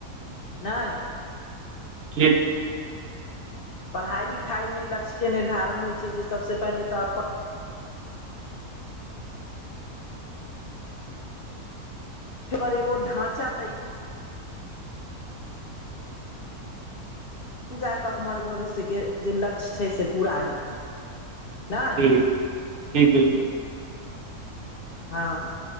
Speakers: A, on the left; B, on the right.
A: नहि
B: की
A: पढ़ाई लिखाई मे लक्ष्य के निर्धारण होइ छै जे सबसँ पहिले तऽ फर एगो ढाँचा तै तखन जााकऽ हमर भविष्यके जे लक्ष्य छै से पूरा हेतै नहि
B: जी जी बिलकुल
A: हँ